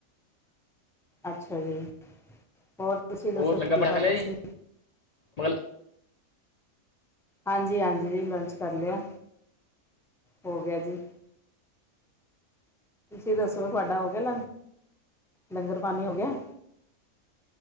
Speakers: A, in the centre; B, on the left.
A: ਅੱਛਾ ਜੀ, ਹੋਰ ਤੁਸੀਂ ਦੱਸੋ
B: ਹੋਰ ਲੰਗਰ
A: ਕੀ
B: ਪਾਣੀ
A: ਕਰ
B: ਛੱਕ
A: ਰਹੇ
B: ਲਿਆ ਜੀ
A: ਸੀ
B: ਮਗਰ
A: ਹਾਂਜੀ-ਹਾਂਜੀ, ਲੰਚ ਕਰ ਲਿਆ, ਹੋ ਗਿਆ ਜੀ ਤੁਸੀਂ ਦੱਸੋ ਤੁਹਾਡਾ ਹੋ ਗਿਆ ਲੰ, ਲੰਗਰ ਪਾਣੀ ਹੋ ਗਿਆ